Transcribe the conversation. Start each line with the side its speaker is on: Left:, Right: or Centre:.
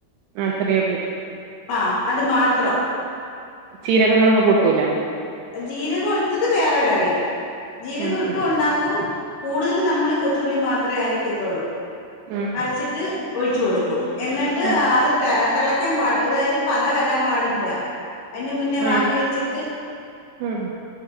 Right: ആ ചെറിയുള്ളി
Left: ആഹാ അത് മാത്രം
Right: ജീരകങ്ങളൊന്നും കൂട്ടൂല
Left: ജീരകോഴുത്തത് വേറെ കറി ജീരകം
Right: ഉം
Left: ഇട്ടും
Right: ഉം
Left: ഒണ്ടാക്കും കൂട്തല് നമ്മള് കൊച്ചുള്ളിം മാ ത്രേ അരക്കെത്താെള്ളു
Right: ഉം
Left: അരച്ച്ട്ട് ഒഴിച്ചു കൊട്ക്കും എന്നിട്ട്
Right: ഉം
Left: ആത് തെ തിളയ്ക്കാൻ പാ അതായത് പത വരാൻ പാടില്ല അയ്ന് മുന്നേ
Right: ആ
Left: വാങ്ങി വെച്ചിട്ട്
Right: ഉം